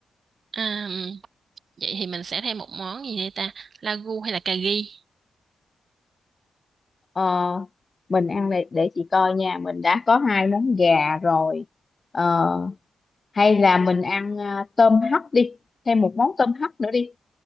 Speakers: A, on the right; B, on the left.
A: à, ừm, vậy thì mình sẽ thêm một món gì đây ta lagu hay là cà ri
B: Ờ, mình ăn để, để chị coi nha mình đã có hai món gà rồi Ờ, hay là mình ăn à, tôm hấp đi thêm một món tôm hấp nữa đi